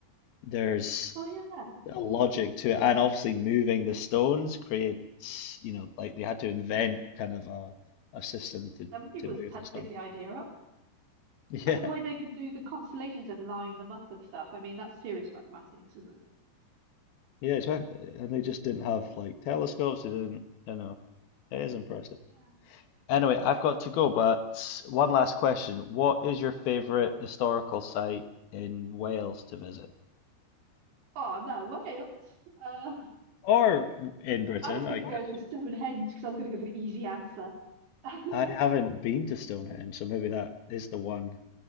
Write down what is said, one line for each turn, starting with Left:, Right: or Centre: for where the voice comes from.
Left: there's
Right: Oh, yeah.
Left: a logic to it, and obviously moving the stones creates, you know, like they had to invent kind of a a system to
Right: Somebody
Left: to
Right: was
Left: move
Right: had
Left: the stone.
Right: to think the idea up.
Left: <laughs>
Right: And
Left: Yeah,
Right: the way they could do the constellations and line them up and stuff. I mean, that's serious mathematics, isn't it?
Left: yeah, it's right. And they just didn't have like telescopes. They didn't, you know, it is impressive.
Right: Yeah.
Left: Anyway, I've got to go, but one last question. What is your favorite historical site in Wales to visit?
Right: Oh, no, Wales. Uh,
Left: Or in Britain,
Right: I was going
Left: I
Right: to
Left: guess.
Right: go for Stonehenge because I was going to go for an easy answer. <laughs> I
Left: I haven't been to Stonehenge, so maybe that is the one,